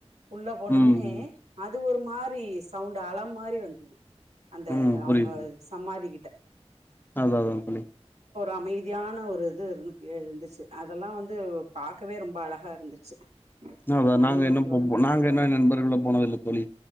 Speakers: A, on the right; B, on the left.
A: உள்ள போனொன்னே
B: ம்
A: அது ஒரு மாரி சவுண்ட் அல மாரி வந்துது அந்த
B: ம்
A: அவங்க
B: புரியுது
A: சமாதி
B: அதா அதா தோழி
A: அமைதியான ஒரு இது இரு இருந்துச்சு அ அதெல்லா வந்து பாக்கவே ரொம்ப அழகா இருந்துச்சு
B: அதா
A: நண்பர்களோட
B: நாங்க இன்னு போ
A: நா
B: நாங்க
A: போனப்ப
B: இன்னு நண்பர்களோட போனதில்ல தோழி